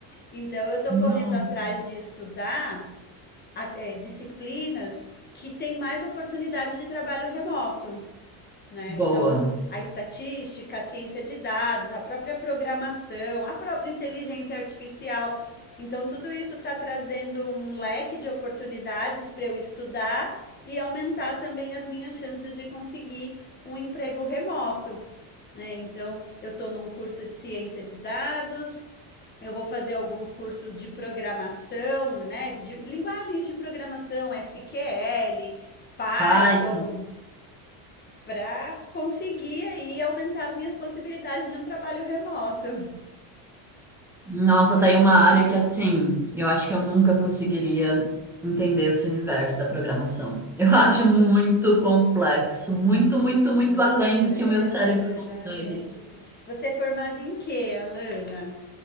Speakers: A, on the left; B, in the centre.
A: Então eu estou
B: Não.
A: correndo atrás de estudar é, disciplinas que têm mais oportunidade de trabalho remoto. Né?
B: Boa.
A: Então, a estatística, a ciência de dados, a própria programação, a própria inteligência artificial. Então, tudo isso está trazendo um leque de oportunidades para eu estudar e aumentar também as minhas chances de conseguir um emprego remoto. Né? Então, eu estou num curso de ciência de dados, eu vou fazer alguns cursos de programação, né? De linguagens de programação, SQL, Python,
B: Vai.
A: para conseguir aí aumentar as minhas possibilidades de um trabalho remoto.
B: Nossa, tem uma área que assim, eu acho que eu nunca conseguiria entender esse universo da programação. Eu <laughs> acho muito complexo, muito,
A: É difícil,
B: muito, muito além
A: né,
B: do que o meu cérebro
A: Alana?
B: consegue.
A: É difícil. Você é formada em quê, Alana?